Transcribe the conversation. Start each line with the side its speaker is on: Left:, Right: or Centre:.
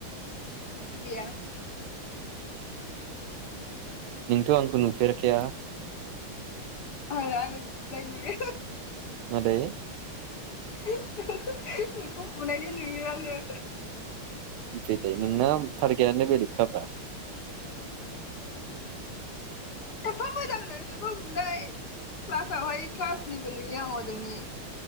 Left: बिदि गैया
Right: नोंथ आंखौ नुफेरखाया
Left: आं <unintelligible>
Right: मादै
Left: <unintelligible> नोंखौ बुनायनि नुयो आङो
Right: बेलाय नोंना थारगे <unintelligible> नो बेलेखाबा
Left: एम्फा मोजांनो नोंखौ बुंनाय क्लासावहाय क्लासनिबो नुयो आं हजोंनि